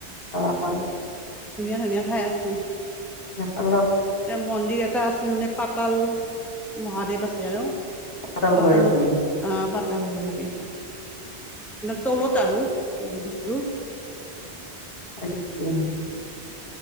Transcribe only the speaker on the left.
অঁ।
নেপালত।
অটল
ভৈৰৱী
<inaudible>